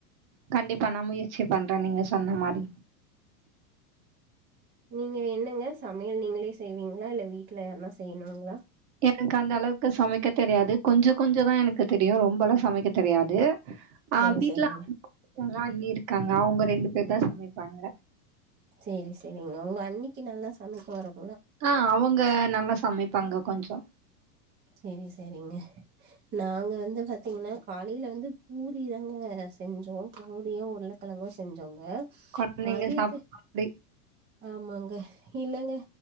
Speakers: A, on the right; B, on the right.
A: கண்டிப்பா நா முயற்சி பண்ற நீங்க சொன்ன மாதிரி
B: நீங்க என்னங்க சமையல் நீங்களே செய்வீங்ளா இல்ல வீட்டுல யார்னா செய்ணுங்ளா
A: எனக்கு அந்த அளவுக்கு சமைக்க தெரியாது கொஞ்சோ கொஞ்சோ தா எனக்கு தெரியு ரொம்பலா சமைக்க தெரியாது
B: சேரி
A: அ வீட்டுல
B: சேரிங்க
A: அண்ணி இருக்காங்க அவங்க ரெண்டு பேர்தா சமைப்பாங்க
B: சேரி செரிங்க உங்க அண்ணிக்கு நல்லா சமைக்க வருங்
A: அ அவுங்க நல்லா சமைப்பாங்க கொஞ்சோ
B: செரி செரிங்க நாங்க வந்து பாத்தீங்கன்னா காலைல வந்து பூரிதாங்க செஞ்சோ பூரியு உருளக்கெலங் கோ செஞ்சோங்க
A: குழந்தைங்க
B: மதியத்து
A: சாப்பிடுற மாதிரி.
B: ஆமாங்க இல்லங்க